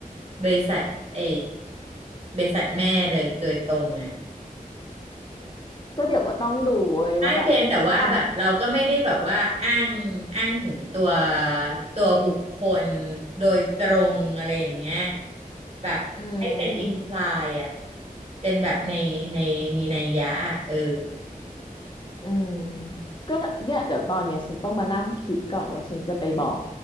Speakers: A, on the right; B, on the left.
A: บริษัทเอบริษัทแม่เลยโดยตรงอ่ะ
B: ก็เดี๋ยวว่าต้องดูเว้ยว่าแบบอ่ะ
A: ใช่เพียงแต่ว่าแบบเราก็ไม่ได้แบบว่าอ้างอ้างถึงตัวตัวบุคคลโดยตรงอะไรอย่างเงี้ยแบบให้เป็นอิมพลายอ่ะ
B: อืม
A: เป็นแบบในในมีนัยยะอ่ะเออ
B: อืมก็น่ะเนี่ยเดี๋ยวตอนเนี้ยฉันต้องมานั่งคิดก่อนว่าฉันจะไปบอก